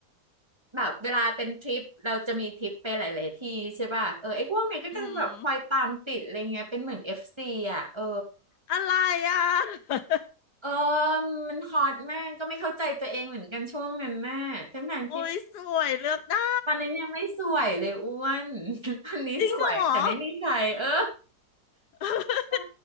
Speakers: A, on the right; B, on the left.
A: แบบเวลาเป็นทริปเราจะมีทริปไปหลายๆที่ใช่ป่ะเออไอ้พวกเนี้ยก็จะแบบคอยตามติดอะไรเงี้ยเป็นเหมือนเอฟซีอ่ะเออ
B: อืมอะไรอ่ะ <laughs>
A: เออมันฮอตมากก็ไม่เข้าใจตัวเองเหมือนกันช่วงนั้นน่ะทั้งทางที่
B: โอ้ยสวยเลือกได้
A: ตอนนั้นยังไม่สวยเลยอ้วน <laughs> ตอนนี้สวยแต่ไม่มีใครเออ
B: จริงเหรอ <laughs>
A: ค่ะ